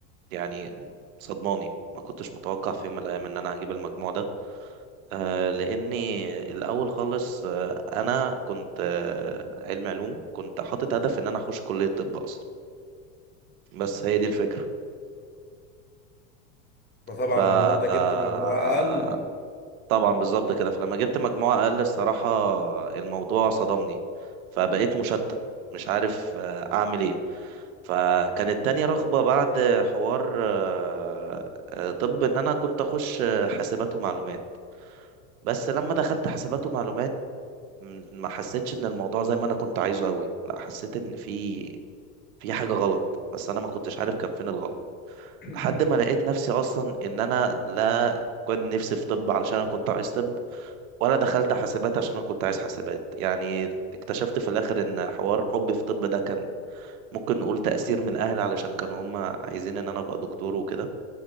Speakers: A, on the right; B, on the left.
A: يعني صدماني ما كنتش متوقع في يوم من الأيام إن أنا هجيب المجموع ده آه، لأني الأول خالص آه، أنا كنت آه، علم علوم كنت حاطط هدف إن أنا أخش كلية طب أصلا بس هي دي الفكرة
B: فطبعا
A: ف
B: لما انت جبت
A: آه،
B: مجموعة اقل
A: طبعا بالظبط كده فلما جبت مجموعة أقل الصراحة الموضوع صدمني فبقيت مشتت مش عارف آه، أعمل إيه فكانت تاني رغبة بعد حوار آه، آه، طب إن أنا كنت أخش آه، حاسبات ومعلومات بس لما دخلت حاسبات ومعلومات م- ما حسيتش إن الموضوع زي ما أنا كنت عايزه أوي لا حسيت إن في في حاجة غلط بس أنا ما كنتش عارف كان فين الغلط
B: <clears throat>
A: لحد ما لقيت نفسي أصلا إن أنا لا كنت نفسي في طب علشان أنا كنت عايز طب ولا دخلت حاسبات عشان انا كنت عايز حاسبات يعني اكتشفت في الاخر ان حوار حبي في طب ده كان ممكن نقول تأثير من اهلي علشان كانوا هم عايزين ان انا ابقى دكتور وكده